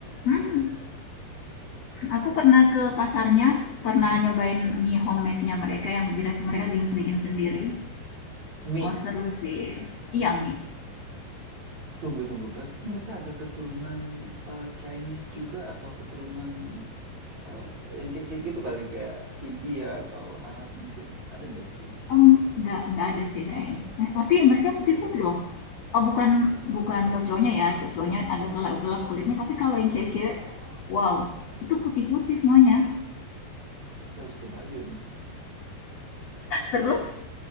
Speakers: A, on the left; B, on the right.
A: Hmm. Aku pernah ke pasarnya, pernah
B: Mhm.
A: nyobain mie homemade-nya mereka yang mereka bikin bikin sendiri.
B: Mie,
A: Wah seru sih. Iya mie.
B: Tunggu, tunggu. Berarti mereka ada keturunan eh, Chinese juga atau keturunan eh, yang kayak kayak gitu kali kayak India atau Arab mungkin. Ada nggak ya? Lina?
A: Mmm, nggak nggak ada sih kayaknya. Eh, tapi mereka putih-putih loh. Oh, bukan bukan cowok-cowoknya ya, cowok-cowoknya agak gelap-gelap kulitnya, tapi kalau yang cewek-cewek, wow, itu putih-putih semuanya.
B: Wah, berarti harus ke baju nih.
A: Terus